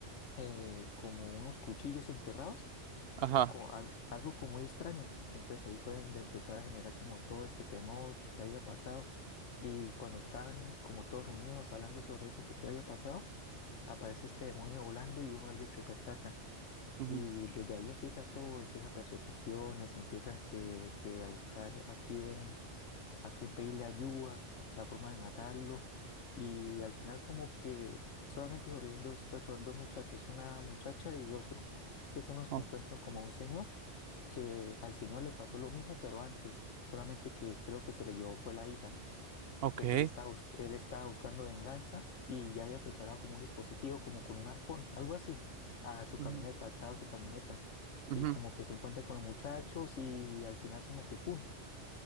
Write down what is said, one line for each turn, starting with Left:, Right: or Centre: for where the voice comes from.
Left: eh, como unos cuchillos enterrados,
Right: ajá.
Left: co- al- algo como muy extraño. Entonces ahí fue donde empezó a generar como todo este temor que, que había pasado. Y cuando estaban como todos reunidos hablando sobre eso que, que había pasado, aparece este demonio volando y uno de ellos se percata.
Right: ujú,
Left: Y desde ahí empieza todo, empieza persecuciones, empiezan que, que a buscar a quién a quién pedirle ayuda, la forma de matarlo. Y al final como que solamente sobreviven dos personas, dos muchachos, una muchacha y otro, que son los que
Right: o-
Left: encuentran como a un señor, que al señor le pasó lo mismo, pero antes, solamente que creo que se le llevó fue la hija.
Right: ok.
Left: Entonces él estaba, bus- él estaba buscando venganza y ya había preparado como un dispositivo, como con un arpón, algo así, a su
Right: ujú,
Left: camioneta, atado a su camioneta.
Right: ujú,
Left: Y como que se encuentra con los muchachos y al final como que ¡pum!